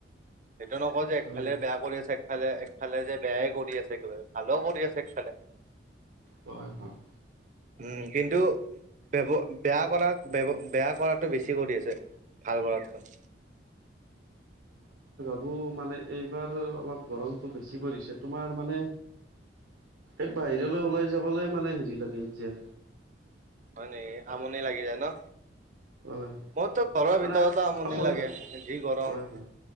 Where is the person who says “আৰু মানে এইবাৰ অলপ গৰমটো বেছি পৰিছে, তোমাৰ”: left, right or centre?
Right